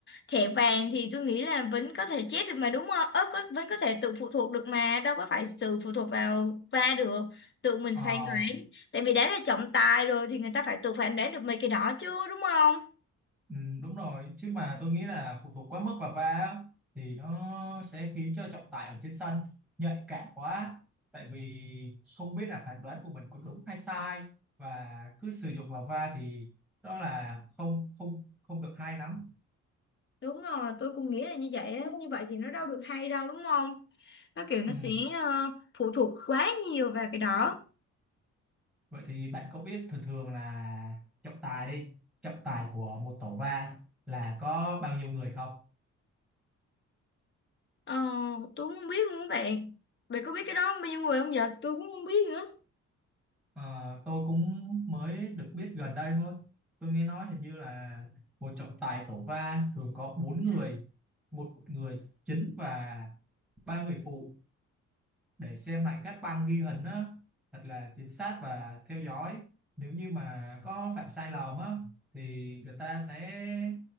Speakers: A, on the left; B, in the centre.
A: thẻ vàng thì tôi nghĩ là vẫn có thể chết được mà đúng không? Ớ, có, vẫn có thể tự phụ thuộc được mà đâu có phải sự phụ thuộc vào va được tự mình
B: Ờ,
A: phán đoán tại vì đã là trọng tài rồi thì người ta phải tự phán đoán được mấy cái đó chứ đúng không?
B: Ừ, đúng rồi chứ mà tôi nghĩ là phụ thuộc quá mức vào va á, thì nó sẽ khiến cho trọng tài ở trên sân nhạy cảm quá tại vì không biết là phán đoán của mình có đúng hay sai và cứ sử dụng vào va thì đó là không không không được hay lắm
A: Đúng rồi, tôi cũng nghĩ là như vậy á, như vậy thì nó đâu được hay đâu đúng không? nó kiểu nó
B: ừ.
A: sẽ ờ, phụ thuộc quá nhiều vào cái đó
B: Vậy thì bạn có biết thường thường là trọng tài đi trọng tài của một tổ va là có bao nhiêu người không
A: ờ, tôi cũng không biết luôn các bạn bạn có biết cái đó bao nhiêu người không vậy tôi cũng không biết nữa
B: À, tôi cũng mới được biết gần đây thôi. Tôi nghe nói hình như là một trọng tài tổ va thường có bốn người, một người chính và ba người phụ để xem lại các băng ghi hình á, thật là chính xác và theo dõi. Nếu như mà có phạm sai lầm á, thì người ta sẽ